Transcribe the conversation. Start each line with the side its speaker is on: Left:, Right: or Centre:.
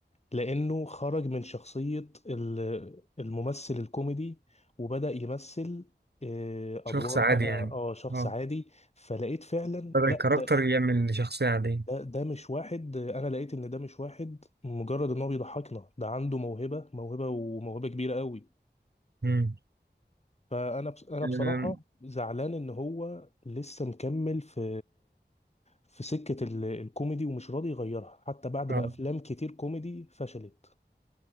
Left: لأنه خرج من شخصية ال- الممثل الكوميدي وبدأ يمثل آه،
Right: شخص
Left: أدوار
Right: عادي
Left: بقى
Right: يعني
Left: اه شخص
Right: اه
Left: عادي فلقيت فعلا
Right: بدأ
Left: لا
Right: الكاركتر
Left: ده
Right: يعمل شخصية عادية
Left: ده, ده مش واحد أنا لقيت إن ده مش واحد مجرد إن هو بيضحكنا ده عنده موهبة موهبة وموهبة كبيرة قوي
Right: مم.
Left: فأنا بص- أنا
Right: أم،
Left: بصراحة زعلان إن هو لسه مكمل في في سكة ال- الكوميدي ومش راضي يغيرها حتى بعد
Right: اه
Left: ما أفلام كتير كوميدي فشلت